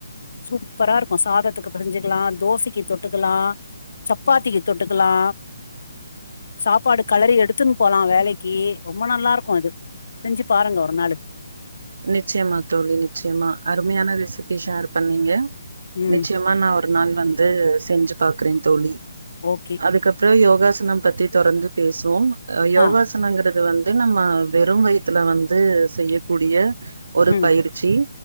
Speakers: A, on the left (about 55°); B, on the right (about 65°).
A: சூப்பராருக்கு சாதத்துக்கு பெசஞ்சிக்கலா தோச க்கி தொட்டுக்கல்லா சப் ப்பாத்திக்கி தொட்டுக்கல்லா சாப்பாடு களறி எடுத்துன் போலா வேலைக்கி ரொம்ப நல்லாருக்கு இது செஞ்சு பாருங்க ஒரு நாளு
B: நிச்சயமா தோழி நிச்சயமா அருமையான ரெசிபி ஷேர் பண்ணீங்க
A: ம்
B: நிச்சயமா நா ஒரு நாள் வந்து செஞ்சு பாக்கறே தோழி
A: ஓகே
B: அதுக்கப்றோ யோகா ன்ன பத்தி தொடர்ந்து பேசுவோம் யோகாசனங்கிறது
A: ஆ
B: வந் து நம்ம வெறு வயித்துல வந்து செய்யக்கூடிய ஒரு
A: ம்
B: பயிற்சி